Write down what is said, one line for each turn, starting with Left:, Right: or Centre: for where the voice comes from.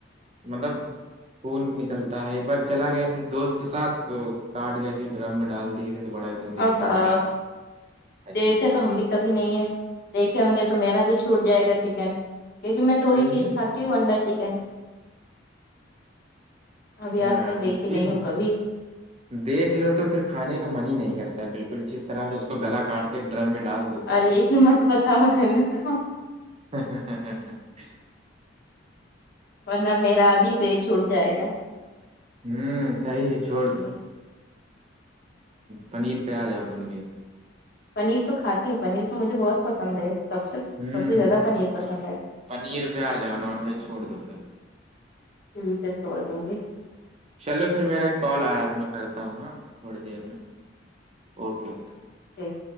Right: مطلب خون نکلتا ہے ایک بار چلا گیا تھا دوست کے ساتھ تو کاٹ گیا تھے ڈرم میں ڈال دیے تھے تو بڑا ایک دم دیکھنے
Left: اور
Right: میں بڑا عجیب
Left: دیکھے
Right: لگا
Left: تو ہم بھی کبھی نہیں ہیں دیکھے ہوں گے تو میرا بھی چھوٹ جائے گا چکن کیونکہ میں دو
Right: صحیح
Left: ہی چیز
Right: نہیں
Left: کھاتی ہوں انڈا چکن
Right: اچھا
Left: ابھی آج تک
Right: کیونکہ
Left: دیکھی نہیں ہو کبھی
Right: دیکھ لو تو پھر کھانے کا من ہی نہیں کرتا ہے بالکل طرح سے اس کو گلا کاٹ کے ڈرم میں ڈال دیتے
Left: ارے
Right: ہیں
Left: مت بتاؤ رہنے دو
Right: ہاں
Left: ورنہ میرا ابھی سے ہی چھوٹ جائے گا
Right: ہوں صیے چھوڑ دو پنیر پہ آ جاؤ تم بھی
Left: پنیر تو کھاتی ہوں پنیر تو مجھے بہت پسند ہے سب سے
Right: ہوں
Left: سب سے زیادہ پنیر
Right: تو پھر
Left: پسند ہے
Right: پنیر پہ آ جاؤ نان ویج چھوڑ دو پھر
Left: ٹھیک ہے چھوڑ دوں گی
Right: چلو پھر میرا ایک کال آ رہا تھا میں کرتا ہوں ہاں تھوڑی دیر میں اوکے اوکے
Left: ٹھ